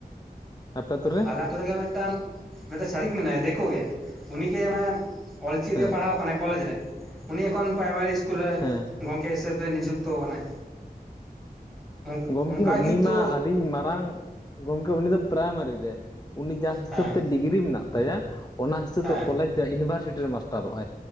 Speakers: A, on the left; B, in the centre.
A: ᱟᱯᱮ ᱟᱹᱛᱩ ᱨᱮ᱾
B: ᱟᱞᱮ ᱟᱛᱳ ᱨᱮᱜᱮ ᱢᱤᱫᱴᱟᱝ, ᱢᱤᱫᱴᱮᱜ ᱪᱷᱟᱹᱛᱤᱠ ᱢᱮᱱᱟᱭᱟ ᱫᱤᱠᱩ ᱜᱮ ᱩᱱᱤᱜᱮ ᱢᱟᱱᱮ ᱚᱞᱪᱤᱠᱤ
A: ᱦᱮᱸ
B: ᱛᱮᱜᱮ ᱯᱟᱲᱦᱟᱣ ᱟᱠᱟᱱᱟᱭ ᱠᱚᱞᱮᱡᱽ ᱨᱮ ᱩᱱᱤ ᱮᱠᱷᱚᱱ ᱯᱨᱟᱭᱢᱟᱨᱤ ᱤᱥᱠᱩᱞ ᱨᱮ
A: ᱦᱮᱸ
B: ᱜᱚᱝᱠᱮ ᱦᱤᱥᱟᱹᱵ ᱛᱮ ᱱᱤᱡᱚᱠᱛᱚ ᱟᱠᱟᱱᱟᱭ ᱚᱸᱠ
A: ᱜᱚᱢᱠᱮ
B: ᱚᱱᱠᱟ
A: ᱩᱱᱤ
B: ᱠᱤᱱᱛᱩ
A: ᱢᱟ ᱟᱹᱰᱤ ᱢᱟᱨᱟᱝ ᱜᱚᱢᱠᱮ ᱩᱱᱮ ᱫᱚ ᱯᱨᱟᱭᱢᱟᱨᱤ ᱨᱮ ᱩᱱᱤ ᱡᱟ ᱦᱤᱥᱟᱹᱵᱽ
B: ᱦᱮᱸ
A: ᱛᱮ ᱰᱤᱜᱽᱨᱤ ᱢᱮᱱᱟᱜ ᱛᱟᱭᱟ ᱚᱱᱟ ᱦᱤᱥᱟᱹᱵ
B: ᱦᱮᱸ
A: ᱫᱚ ᱠᱚᱞᱮᱡᱽ ᱤᱱ ᱵᱥᱨᱥᱤᱴᱤ ᱨᱮ ᱢᱟᱥᱴᱟᱨᱚᱜ ᱟᱭ